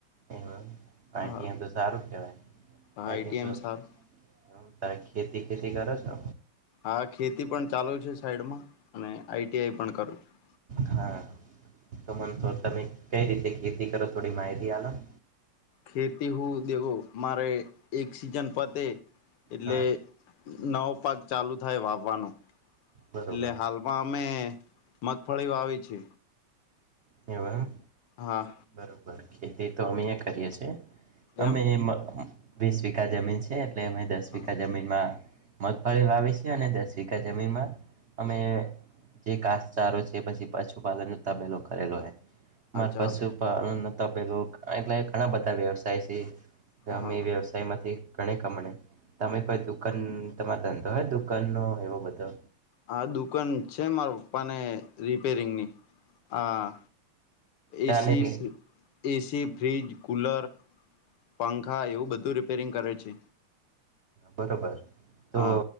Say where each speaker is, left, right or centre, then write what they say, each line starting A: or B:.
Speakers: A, on the right; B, on the left.
A: એવુ આઈટીઆઈ
B: હા
A: તો સારું કહેવાય
B: આઈટી એમ
A: <unintelligible>
B: સારું
A: હ ખેતી ખેતી કરો છો.
B: હા ખેતી પણ ચાલુ છે, સાઈડમાં અને આઈટીઆઈ પણ કરું. છું
A: હાતો મનતો તમે કંઈ રીતે ખેતી કરો થોડી માહિતી આલોને
B: ખેતી હું દેવો મારે એક સિઝન પતે એટલે,
A: હા
B: નવો પાક ચાલુ થાય વાવવાનો
A: બરોબર
B: એટલે હાલ, એમાં અમે મગફળી વાવી છે.
A: એવું એમ
B: હા
A: બરોબર ખેતીતો અમે એ કરીએ છીએ, અમે
B: એમ
A: એ વીસ વીઘા જમીન છીએ, એટલે અમે દસ
B: હા
A: વીઘા જમીન, મગફાળી વાસે છે, અને દસ વિધા જમીનમાં અમે, જે કાસચારો છે, પછી પશુપાલન નો તબેલો કરેલો છે. મારે
B: ચાલે
A: પશુપાલનનો તબેલો પેલું એટલે ઘણા બધા વ્યવસાય છે, ગમેઈ
B: હા હા
A: વ્યવસાય, એમાંથી ઘણી કમાણે તમે કોઈ દુકાન તમારો ધંધો હોય દુકાન નો એવો બધો,
B: આ દુકાન છે, મારા પપ્પાને રિપેરિંગ ની આ
A: ચાલે
B: એસી,
A: કે
B: એસી, ફ્રીજ, કુલર, પંખા એવું બધું રિપેરિંગ કરે છે.
A: બરોબર તો
B: હા